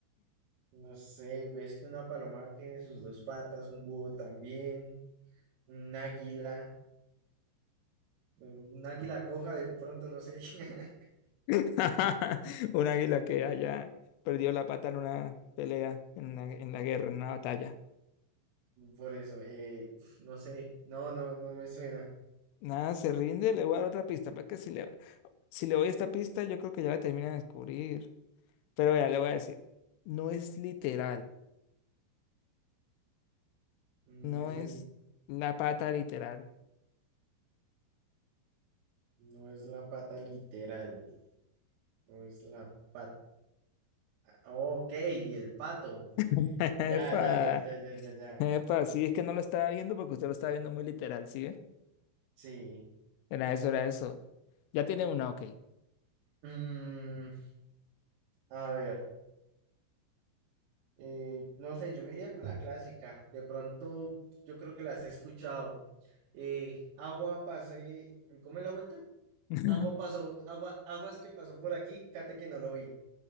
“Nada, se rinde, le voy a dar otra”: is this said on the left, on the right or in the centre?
Left